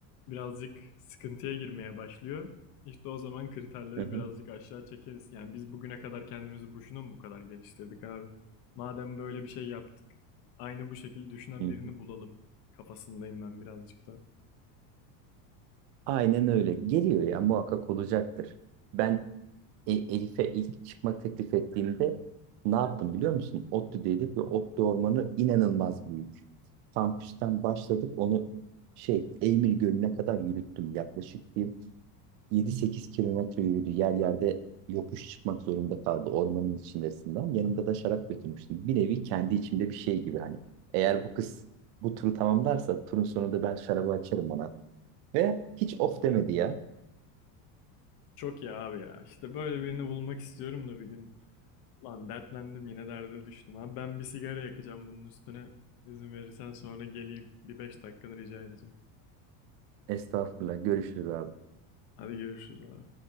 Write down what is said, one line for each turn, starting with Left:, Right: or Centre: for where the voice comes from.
Left: birazcık sıkıntıya girmeye başlıyor. İşte o zaman kriterleri
Right: Hı hı.
Left: birazcık aşağı çekeriz. Yani biz bugüne kadar kendimizi boşuna mı bu kadar geliştirdik abi? Madem böyle bir şey yaptık, aynı bu şekilde düşünen
Right: Hı
Left: birini
Right: hı.
Left: bulalım kafasındayım ben birazcık da.
Right: Aynen öyle. Geliyor ya muhakkak olacaktır. Ben E- Elif'e ilk çıkma teklif ettiğimde ne yaptım biliyor musun? ODTÜ'deydik ve ODTÜ ormanı inanılmaz büyük. Kampüsten başladık onu şey Eymir Gölü'ne kadar yürüttüm. Yaklaşık bir yedi sekiz kilometre yürüdü. Yer yerde yokuş çıkmak zorunda kaldı ormanın içindesinden. Yanımda da şarap götürmüştüm. Bir nevi kendi içimde bir şey gibi hani. Eğer bu kız bu turu tamamlarsa turun sonunda ben şarabı açarım ona. Ve hiç of demedi ya.
Left: Çok iyi abi ya. İşte böyle birini bulmak istiyorum da bir gün. Lan dertlendim yine derde düştüm abi. Ben bir sigara yakacağım bunun üstüne. İzin verirsen sonra geleyim. Bir 5 dakikanı rica edeceğim.
Right: Estağfurullah görüşürüz abi.
Left: Hadi görüşürüz abi.